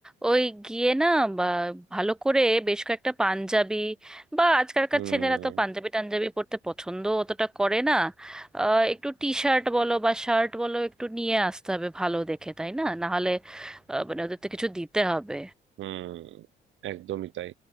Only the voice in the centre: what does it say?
ওই গিয়ে না বা ভালো করে বেশ কয়েকটা পাঞ্জাবি বা আজকালকার
ছেলেরা তো পাঞ্জাবি টাঞ্জাবি পরতে পছন্দ অতটা করে না আহ, একটু টি শার্ট বলো বা শার্ট বলো একটু নিয়ে আসতে হবে ভালো দেখে তাই না না হলে আহ, মানে ওদের তো কিছু দিতে হবে